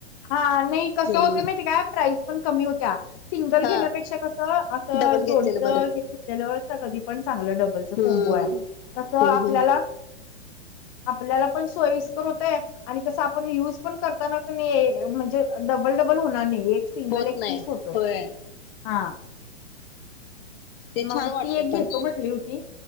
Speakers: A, on the left; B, on the left.
A: हा नाही कसं
B: हम्म
A: होतं माहित हो काय प्राईज पण कमी होतीया. सिंगल
B: हा
A: घेण्यापेक्षा कस असं
B: डबल घेतलेलं
A: जोडीचं
B: बरं
A: कधी पण चांगलं डबलच
B: हम्म
A: कोंबो आहे तस
B: हम्म
A: आपल्याला
B: हम्म
A: आपल्याला पण सोईस्कर होतय आणि कसं आपण युज पण करताना क नाही म्हणजे डबल- डबल होणार नाही एक सिंगल
B: होत
A: एक
B: नाही
A: पीस होतोय
B: होय
A: हा.
B: ते
A: मग
B: छान वाटते
A: ती एक
B: पण
A: घेतो म्हटली होती